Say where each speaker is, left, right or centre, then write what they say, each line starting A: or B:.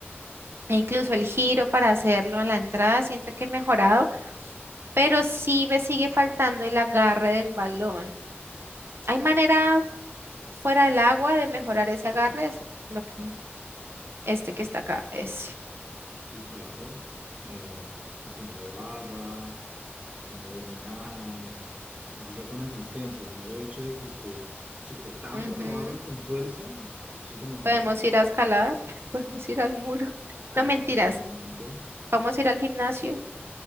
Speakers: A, on the right (about 65°); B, on the right (about 35°).
A: e incluso el giro para hacerlo a la entrada, siento que he mejorado, pero sí me sigue faltando el agarre del balón. ¿Hay manera fuera del agua de mejorar ese agarre? Es lo que, este que está acá, es.
B: Sí, claro. eh, haciendo barras, haciendo dominadas, así sea con asistencia. El mero hecho de que estés sujetando
A: Ujú.
B: la barra con fuerza, eso te mejora
A: Podemos
B: mucho.
A: ir a escalar, <laughs> podemos ir al muro. No
B: Exactamente.
A: mentiras, vamos a ir al gimnasio.